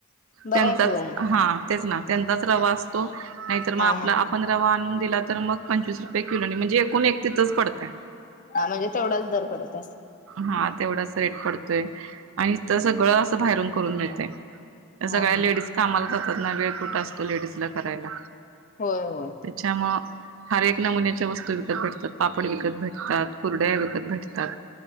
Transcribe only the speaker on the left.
बरं
आहे कि हो मग
हा
हा
हा म्हणजे तेवढाच दर पडेत
हा
हा
होय होय